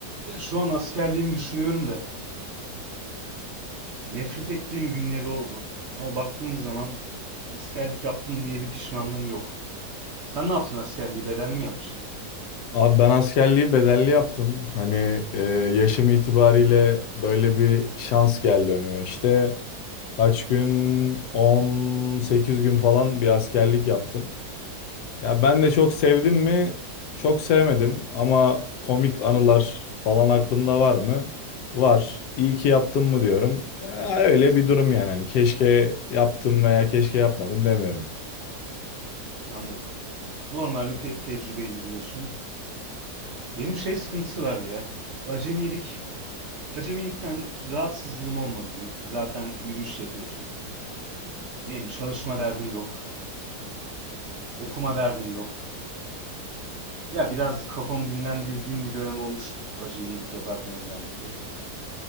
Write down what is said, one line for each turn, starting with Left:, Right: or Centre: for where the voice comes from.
Right: Ya şu an askerliğimi düşünüyorum da nefret ettiğim günleri oldu. Ama baktığım zaman askerlik yaptım diye bir pişmanlığım yok. Sen ne yaptın askerliği? Bedelli mi yapmıştın?
Left: Abi ben askerliği bedelli yaptım. Hani e, yaşım itibariyle böyle bir şans geldi önüme. İşte kaç gün 18 gün falan bir askerlik yaptım. Ya ben de çok sevdim mi? Çok sevmedim ama komik anılar falan aklımda var mı? Var. İyi ki yaptım mı diyorum. E, öyle bir durum yani. Hani keşke yaptım veya keşke yapmadım demiyorum.
Right: Anladım. Normal bir pe- tecrübeydi diyorsun. Benim şey sıkıntısı vardı ya. Acemilik. Acemilikten rahatsızlığım olmadı diyeyim. Zaten yürüyüş yapıyorsun. Neyim çalışma derdin yok. Okuma derdin yok. Ya biraz kafamı dinlendirdiğim bir dönem olmuştu. Acemilik yaparken özellikle.